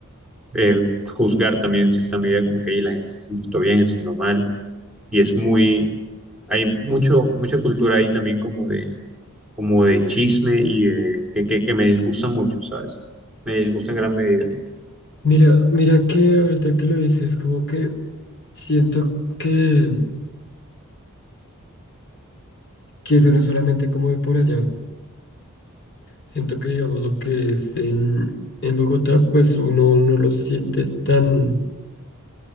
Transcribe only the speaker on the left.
Mira, mira que ahorita que lo dices, como que siento que, que eso no es solamente como de por allá. Siento que, digamos, lo que es en, en Bogotá, pues uno no lo siente tan,